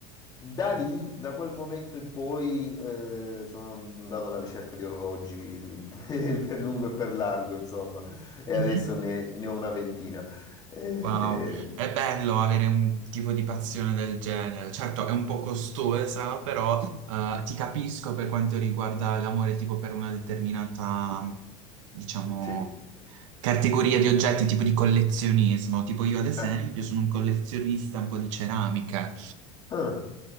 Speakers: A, on the left (about 25°); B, on the right (about 80°).
A: Da lì, da quel momento in poi, eh, sono andato alla ricerca di orologi <laughs> per per lungo e per largo, insomma, e
B: <laughs>
A: adesso ne, ne ho una ventina. Eh,
B: Wow, è bello avere un tipo di passione del genere. Certo, è un po' costosa, però eh, ti capisco per quanto riguarda l'amore tipo per una determinata, diciamo,
A: sì.
B: categoria di oggetti, tipo di collezionismo. Tipo io ad esempio
A: Eh.
B: sono un collezionista un po' di ceramiche.
A: Ah,